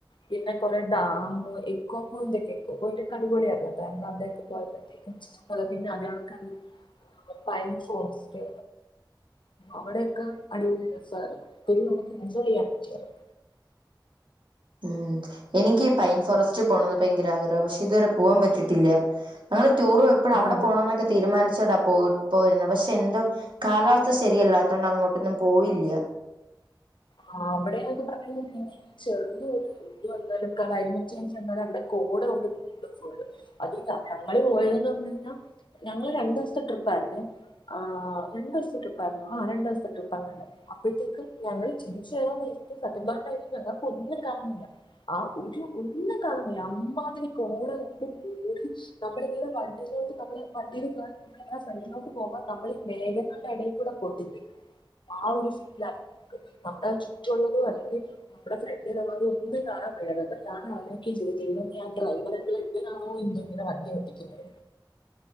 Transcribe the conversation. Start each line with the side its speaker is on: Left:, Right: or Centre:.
Left: പിന്നെ കൊറെ ഡാമും എക്കോ പോയിന്റൊക്കെ ഓരൊക്കെ അടിപൊളിയായിരുന്നു കേരള അവിടൊക്കെ പോയപ്പോഴത്തേക്കും അ പിന്നെ അതേകണക്ക് തന്നെ പൈൻ ഫോറസ്റ്റ് അവിടൊക്കെ അടിപൊളിയായിരുന്നു ഇ നമുക്ക് എൻജോയ് ചെയ്യാൻ പറ്റിയാരുന്നു
Right: ഉം എനിക്ക് പൈൻ ഫോറസ്റ്റ് പോണംന്ന് ഭയങ്കര ആഗ്രഹമാണ് പക്ഷെ ഇതുവരെ പോവാൻ പറ്റിയിട്ടില്ല ഞങ്ങ ടൂറ് എപ്പോഴ അവിടെ
Left: അത്
Right: പോണംന്നൊക്കെ തീരുമാനം ശെടാ പോയി പോയിരുന്നു പക്ഷെ എന്തോ കാലാവസ്ഥ ശരിയല്ലാത്തൊണ്ട് അങ്ങോട്ടൊന്നും പോയില്ല
Left: ആ അവിടൊക്കെ പറഞ്ഞ ക പിന്നെ ഈ ചെറിയൊരു ഇത് വന്നാലും ക്ലൈമറ്റ് ചേഞ്ച് വന്നാലും അവിടെ കോട കൊണ്ട് നീണ്ട പോകും അത് ഞങ്ങള് പോയതെന്ന് പറഞ്ഞ് കഴിഞ്ഞാൽ ഞങ്ങള് രണ്ട് ദിവസത്തെ ട്രിപ്പ് ആായിരുന്നു ആ രണ്ടു ദിവസത്തെ ട്രിപ്പായിരുന്നു ആ രണ്ടു ദിവസത്തെ ട്രിപ്പ് അങ്ങ ഉണ്ടായിരുന്നു അപ്പോഴത്തേക്ക് ഞങ്ങള് <unintelligible> ഒന്നും കാണാമയ്യ ആ ഒരു ഒന്നും കാണാമയ്യ അമ്മാതിരി കോടെണ്ടടി നമ്മളിങ്ങനെ വണ്ടിയിലോട്ട് നമ്മ വണ്ടിൽ നമ്മൾങ്ങനെ ഫ്രണ്ടിലോട്ട് പോകുമ്പോൾ നമ്മൾ ഈ മേഘങ്ങളുടെ ഇടയിൽ കൂടെ പെട്ടില്ലേ ആ ഒരു ഫീലാമുക്ക് നമ്മുടെ ആ ചുറ്റുംള്ളതോ അല്ലെങ്കിൽ നമ്മുടെ ഫ്രണ്ട്ള്ളതോ ഒന്നും കാണാൻ വയ്യ അപ്പൊ ഞാൻ ആലോചിക്കുകയും ചെയ്തിട്ടാ ഇതൊന്ന് ആ ഡ്രൈവർ അങ്കിൾ എന്തിനാണോ എന്നും ഇങ്ങനെ വണ്ടി ഓട്ടിക്കുന്നേന്ന്